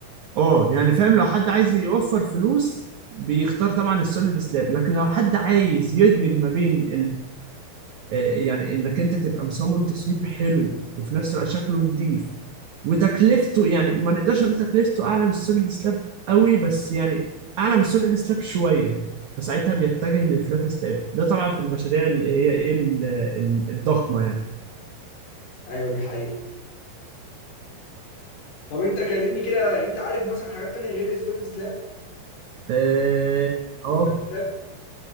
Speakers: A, on the right (about 65°); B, on the left (about 90°).
A: اه يعني فاهم لو حد عايز يوفر فلوس بيختار طبعا السوليد سلاب لكن لو حد عايز يدمج ما بين آه، يعني انك انت تبقى مصمم تصميم حلو وفي نفس الوقت شكله نظيف وتكلفته يعني ما نقدرش نقول تكلفته اعلى من السوليد سلاب قوي بس يعني اعلى من السوليد سلاب شويه فساعتها بيتجه للفلات سلاب ده طبعا في المشاريع اللي هي ايه ال- ال- الضخمه يعني
B: ايوه دي حقيقة طب انت كلمني كده يعني انت عارف مثلا حاجات تانية غير السوليد سلاب
A: اه آه،
B: والفلات سلاب؟